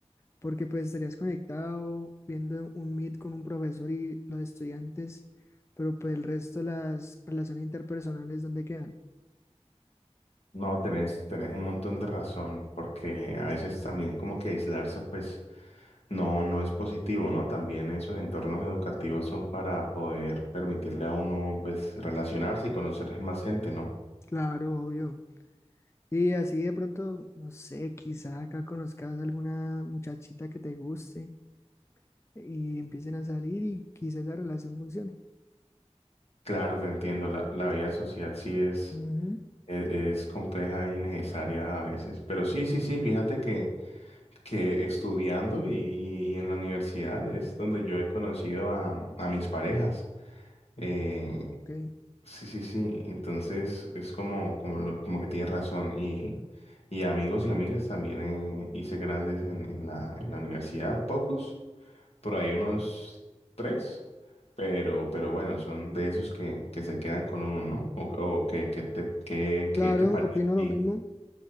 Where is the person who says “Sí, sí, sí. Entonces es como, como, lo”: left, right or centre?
Left